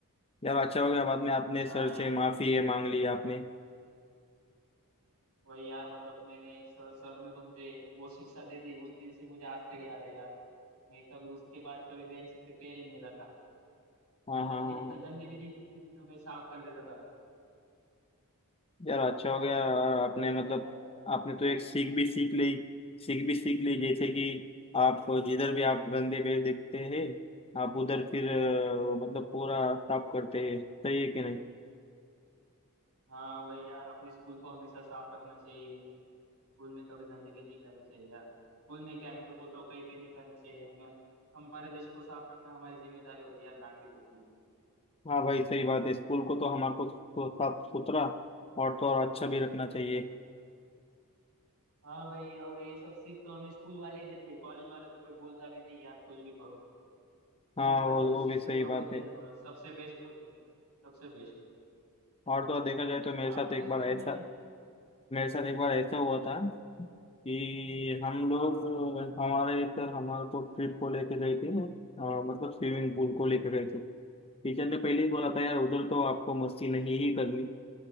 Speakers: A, on the left; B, on the right.
A: यार अच्छा हो गया बाद में आपने
B: हाँ
A: सर
B: यार
A: से माफी ये मांग ली आपने
B: वही यार मतलब मैंने सर, सर ने तो मुझे वो शिक्षा दे दी उस दिन से मुझे आज तक याद है यार मैं कभी उसके बाद कभी बेंचेस पे पैर ही नहीं रखा
A: हाँ
B: मतलब
A: हाँ हाँ
B: दिखता
A: हाँ
B: गंदगी दिख दिखती थी तो मैं साफ कर देता था
A: यार अच्छा हो गया और आपने
B: ऐसा
A: मतलब
B: होता है यार
A: आपने तो एक सीख भी सीख ली सीख भी सीख ली जैसे कि आप जिधर भी आप गंदे पेड़ देखते हैं आप उधर फिर अ, मतलब पूरा साफ करते हैं सही है कि नहीं
B: हाँ वही यार अपने स्कूल को हमेशा साफ रखना चाहिए स्कूल में कभी गंदगी नहीं करनी चाहिए यार स्कूल में क्या मैं तो बोलता हूँ कहीं पे नहीं करनी चाहिए हमें हमारे देश को साफ रखना हमारी जिम्मेदारी होती है यार नागरिकों की
A: हाँ भाई सही बात है स्कूल को तो हमारे को तो साफ सुथरा और तो और अच्छा भी रखना चाहिए
B: हाँ वही और ये सब सीख तो हमें स्कूल वाले ही देते हैं कॉलेज वाले तो कोई बोलता भी नहीं यार कुछ भी करो स्कूल
A: हाँ
B: वाले
A: वो
B: जो
A: वो
B: शिक्षक
A: भी सही
B: लोग
A: बात
B: होते
A: है
B: हैं ना वो सबसे बेस्ट होते हैं सबसे बेस्ट
A: और तो और देखा जाए तो मेरे
B: आपके
A: साथ एक
B: स्कूल
A: बार ऐसा
B: में
A: मेरे साथ एक बार ऐसा हुआ था कि हम लोग
B: हाँ बोलिए
A: हमारे एक सर हमारे को ट्रिप को लेके गए थे अ, मतलब स्विमिंग पूल को लेके गए थे टीचर ने पहले ही बोला था यार उधर तो
B: अच्छा
A: आपको मस्ती नहीं ही करनी